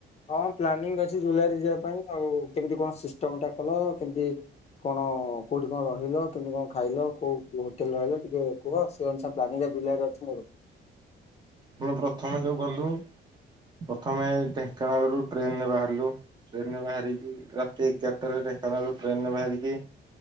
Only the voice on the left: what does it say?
ହଁ ପ୍ଲାନିଂ ଅଛି ଜୁଲାଇରେ ଯିବା ପାଇଁ ଆଉ କେମିତି କଣ ସିଷ୍ଟମଟା କଲ କେମତି କଣ କୋଉଠି କଣ ରହିଲ? ତୁମେ କଣ ଖାଇଲ କୋଉ ହୋଟେଲ ରହିଲ ଟିକେ କୁହ ସେ ଅନୁସାରେ ପ୍ଲାନ୍ ଜୁଲାଇ ରେ ଅଛି।